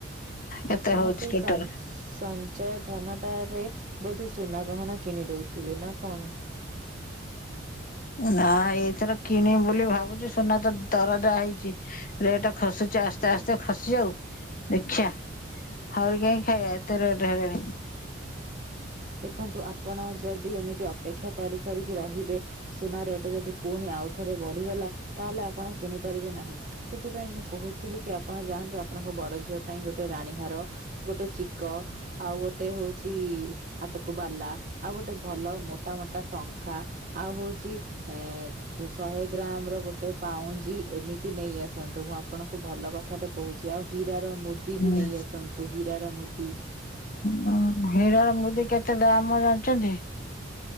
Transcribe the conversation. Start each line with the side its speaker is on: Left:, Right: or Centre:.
Left: କେତେ
Right: ଆପଣ
Left: ହଉଛି
Right: ସେଇ
Left: ଟୋଟଲ।
Right: ସଂ ସଞ୍ଚୟ ଧନ ଟାରେ ବୋଧେ ସୁନା ଗହଣା କିଣି ଦଉଥିବେ ନା କଣ।
Left: ଉଁ ନା ଏଇଥର କିଣିବୁ ବୋଲି ଭାବୁଛୁ ସୁନା ତ ଦର ଜା ହେଇଛି। ରେଟ ଖସୁଛି ଆସ୍ତେ ଆସ୍ତେ ଖସିଯାଉ ଦେଖିବା। ହାଉଳି କାହିଁ ଖାଇବା ଏତେ ରେଟ୍ ହେଲେଣି।
Right: ଦେଖନ୍ତୁ ଆପଣ ଯଦି ଏମିତି ଅପେକ୍ଷା କରି କରିକି ରହିବେ। ସୁନା ରେଟ ଯଦି ପୁଣି ଆଉଥରେ ବଢିଗଲା ତାହେଲେ ଆପଣ କିଣି ପାରିବେ ନାହିଁ। ସେଥିପାଇଁ ମୁଁ କହୁଥିଲି କି ଆପଣ ଯାଆନ୍ତୁ ଆପଣଙ୍କ ବଡ ଝିଅ ପାଇଁ ଗୋଟେ ରାଣୀ ହାର। ଗୋଟେ ଚିକ ଆଉ ଗୋଟେ ହଉଛି। ହାତକୁ ବାଲା ଆଉ ଗୋଟେ ଭଲ ମୋଟା ମୋଟା ଶଙ୍ଖା। ଆଉ ହଉଛି ଏଁ। ଶହେ ଗ୍ରାମ ର ଗୋଟେ ପାଉଁଜି ଏମିତି ନେଇ ଆସନ୍ତୁ ମୁଁ ଆପଣଙ୍କୁ ଭଲ କଥା। କଥା ଟେ କହୁଛି ଆଉ ହୀରା ର ମୁଦି
Left: ହୁଁ,
Right: ବି ନେଇ ଆସନ୍ତୁ ହୀରା ର ମୁଦି।
Left: ହୁଁ ହିରା ର ମୁଦି କେତେ ଦାମ ଜାଣିଛନ୍ତି।